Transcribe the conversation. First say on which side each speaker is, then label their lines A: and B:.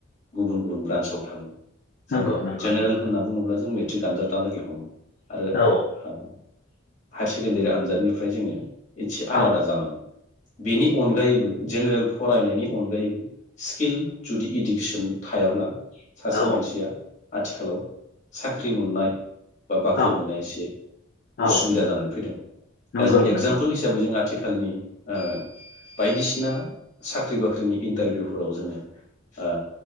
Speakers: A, on the left; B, on the left.
A: गुबुन गुबुन ब्रान्सआव थाङो।
B: नंगौ
A: जोङो
B: नंगौ
A: जेनेरेल
B: नंगौ
A: होनना बुङोब्ला जों गानजाथालागै समोन <inaudible> आरो
B: औ
A: हा हायार सेकेण्डारि आन्जाद दानिफ्राय जोङो एसे आलादा
B: औ
A: जालाङो बेनि अनगायैबो जेनेरेल फरायनायनि अनगायैबो स्किल जुदि इडुकेसन थायाब्ला सासे
B: औ
A: मानसिया आथिखालाव साख्रि मोननाय बा बाख्रि
B: औ
A: मोननाया एसे
B: औ
A: उसुबिदा जानानै फैदों
B: नंगौ
A: दा जों एगजामपोल
B: नंगौ
A: हिसाबै जों आथिखाल खालनि ओ बायदिसि ना साख्रि बाख्रिनि इन्टारभिउफोराव जोङो ओ